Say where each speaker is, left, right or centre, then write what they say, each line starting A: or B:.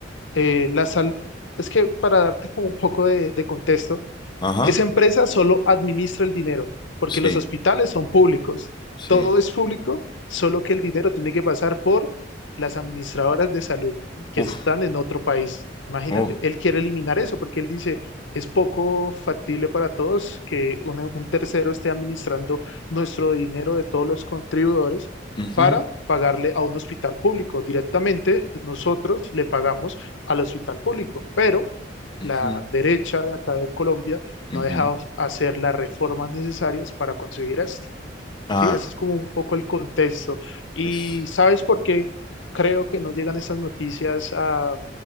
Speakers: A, on the left; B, on the left.
A: eh, la sal... es que para darte como un poco de, de contexto,
B: ajá.
A: esa empresa solo administra el dinero, porque
B: Sí,
A: los hospitales son públicos.
B: sí.
A: Todo es público, solo que el dinero tiene que pasar por las administradoras de salud que
B: Uf,
A: están en otro país. Imagínate,
B: oh.
A: él quiere eliminar eso porque él dice, es poco factible para todos que un, un tercero esté administrando nuestro dinero de todos los contribuidores
B: ujú,
A: para pagarle a un hospital público. Directamente nosotros le pagamos al hospital público, pero
B: ujú,
A: la derecha de acá de Colombia no
B: ujú.
A: ha dejado hacer las reformas necesarias para conseguir esto.
B: Ah.
A: Sí, ese es como un poco el contexto. ¿Y
B: Es-
A: sabes por qué creo que no llegan estas noticias a,